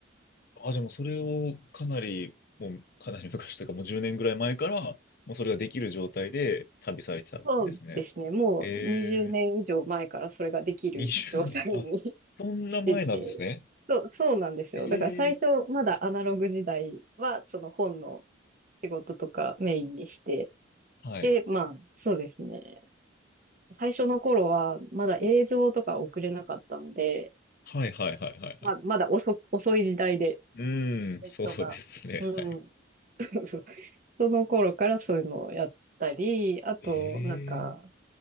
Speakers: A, on the left; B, on the right.
A: あ、じゃあもうそれをかなり、もうかなり昔というかもう10年ぐらい前から、もうそれができる状態で旅されてたんですね。
B: そうですね。もう20年以上前からそれができる状態に
A: ええ20年。あ、そんな前なんですね。
B: <laughs> してて。そう、そうなんですよ。
A: ええ
B: だから最初、まだアナログ時代は、その本の仕事とかメインにして。
A: はい。
B: で、まあ、そうですね。最初の頃は、まだ映像とか送れなかったので、
A: はいはいはいはいはい。
B: まあ、まだ遅、遅い時代で、
A: うーん、
B: ネットが。
A: そうですね。
B: うん。
A: はい。
B: <laughs> そその頃からそういうのをやったり、あと、
A: ええ
B: なんか、